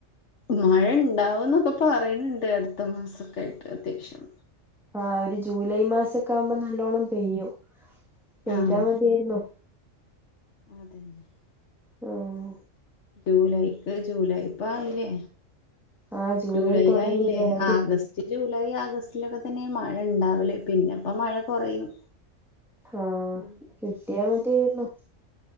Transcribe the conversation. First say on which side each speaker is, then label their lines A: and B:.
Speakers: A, on the left; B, in the centre.
A: മഴ ഇണ്ടാവും ന്നൊക്കെ പറയുന്നുണ്ട് അടുത്ത മാസക്കായിട്ട് അത്യാവശ്യം.
B: ആഹ് ഒരു ജൂലൈ മാസൊക്കെ ആകുമ്പോ നല്ലോണ്ണം പെയ്യും. പെയ്താ
A: ആഹ്
B: മതിയായിരുന്നു.
A: അതന്നെ.
B: ഉം.
A: ജൂലൈക്ക് ജൂലൈ ഇപ്പ ആയില്ലേ.
B: ആ
A: ജൂലൈ
B: തുടങ്ങിയില്ലേ
A: ആയില്ലേ,
B: ഒരു
A: ആഗസ്റ്റ് ജൂലൈ ആഗസ്റ്റിലൊക്കെ തന്നെ മഴ ഉണ്ടാവല്. പിന്നെപ്പോ മഴ കുറയും.
B: ആ
A: ഉം
B: കിട്ടിയാ മതിയായിരുന്നു.